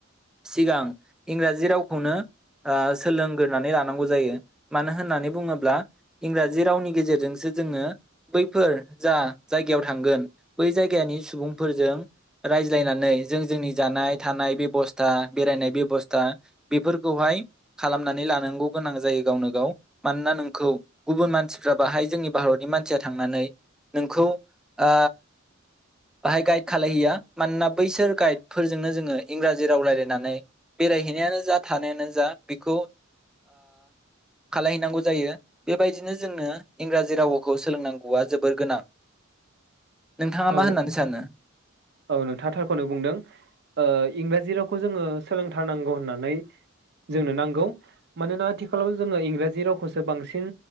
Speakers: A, in the centre; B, on the right.
A: सिगां इंराजि रावखौनो आ सोलों दोननानै लानांगौ जायो मानो होननानै बुङोब्ला इंराजि रावनि गेजेरजोंसो जोङो बैफोर जा जायगायाव थांगोन बै जायगानि सुबुंफोरजों रायज्लायनानै जों जोंनि जानाय थानाय बेबस्था बेरायनाय बेब'स्था बेफोरखौहाय खालाम <unintelligible> लांगौ गोनां जायो गावनो गाव मानोना नोंखौ गुबुन मानसिफ्रा बाहाय जोंनि भारतनि मानसिया थांनानै नोंखौ ओ बाहाय गाइद खालहैया मानोना बैसोर गाइद फोरजोंनो जोङो इंराजि राव रायजलायनानै बेरायहैनायानो जा थानायानो जा बेखौ ओ खालाय हैनांगौ जायो बेबायदिनो जोंनो इंराजि रावखौ सोलोंनांगौआ जोबोर गोनां नोंथाङा
B: औ
A: मा होननानै सानो?
B: औ नोंथाङा थारखौनो बुंदों इंराजि राव खौ जोङो सोलोंथारनांगौ होननानै जोंनो नांगौ मानोना आथिखालाव जोङो इंराजि रावखौसो बांसिन